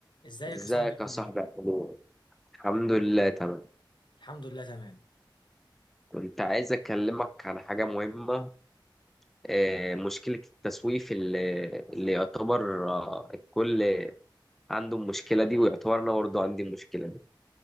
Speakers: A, on the left (about 65°); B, in the centre.
A: ازيك
B: ازيك
A: يا صاحبي عامل
B: يا صاحبي
A: ايه؟
B: عامل ايه؟ الحمد لله تمام
A: الحمد لله تمام
B: كنت عايز اكلمك على حاجة مهمة آه، مشكلة التسويف اللي, اللي يعتبر آه، الكل عنده المشكلة دي ويعتبر انا برضه عندي المشكلة دي